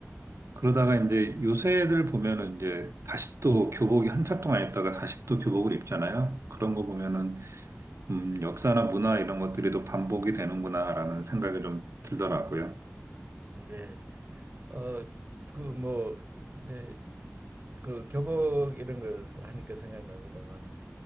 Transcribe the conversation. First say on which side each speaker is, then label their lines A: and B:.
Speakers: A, on the right; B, on the right.
A: 그러다가 이제 요새 애들 보면은 이제 다시 또 교복이 한참 동안 입다가 다시 또 교복을 입잖아요. 그런 거 보면은 음, 역사나 문화 이런 것들이 또 반복이 되는구나라는 생각이 좀 들더라고요.
B: 네. 어 그 뭐 이제 그 교복 이런 걸 하니까 생각납니다만은